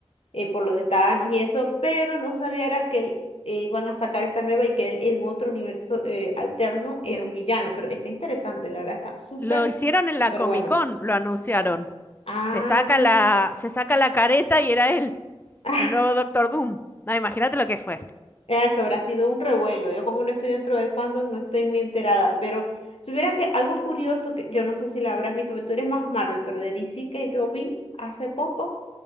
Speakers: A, on the left; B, on the left.
A: eh, por lo de Thanos y eso, pero no sabía era que él, eh, van a sacar esta nueva y que él en otro universo eh, alterno era un villano. Pero está interesante, la verdad, está súper,
B: Lo hicieron
A: súper
B: en la Comic
A: bueno.
B: Con, lo anunciaron.
A: Ah.
B: Se saca la, se saca la careta y era él,
A: <laughs>
B: el nuevo Doctor Doom. No, imagínate lo que fue.
A: Ah, Eso habrá sido un revuelo. Yo como no estoy dentro del fandom, no estoy muy enterada, pero si hubiera que algo curioso que yo no sé si la habrás visto, porque tú eres más Marvel, pero de DC que yo vi hace poco